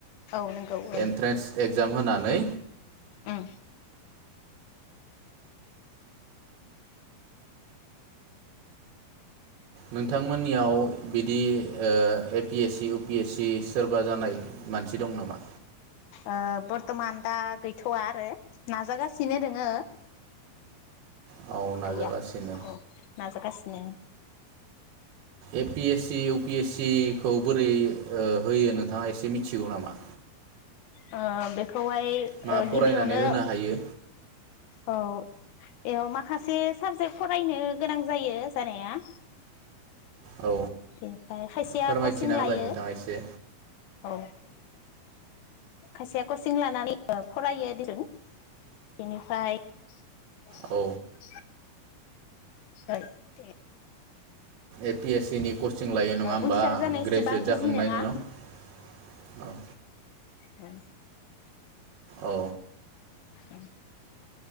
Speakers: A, on the left (about 80°); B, on the right (about 85°).
A: औ नंगौ औ
B: एन्ट्रेन्स एक्जाम होनानै
A: उम
B: नोंथांमोननियाव बिदि ओ A P S C U P S C सोरबा जानाय मानसि दं नामा?
A: ओ बर्थमान दा गैथवा आरो नाजागासिनो दोङो
B: औ नाजागासिनो
A: गैया औ नाजागास नो
B: A P S C, U P S C खौ बोरै ओ होयो नोंथाङा एसे मिथिगौ नामा
A: ओ बेख खौहाय
B: मा
A: ओ
B: फरायनानै
A: गिबियावनो
B: होनो हायो
A: औ बेयाव माखासे साबजेक्ट फरायनो गोनां जायो जानाया
B: औ
A: बेनिफ्राय खायसेया
B: फोरमायथिना
A: कचिं
B: होलाय
A: लायो
B: नोंथाङा एसे
A: औ खायसेया कचिं लानानै फरायो बेनिफ्राय <inaudible>
B: औ
A: सय थे
B: ए पि एस सि नि कचिं लायो नङा होमबा
A: उन्थिसार जानायसिबां
B: ग्रेजुवेट जाखांनायनि
A: इजि नङा
B: उनाव औ
A: उम
B: औ
A: उम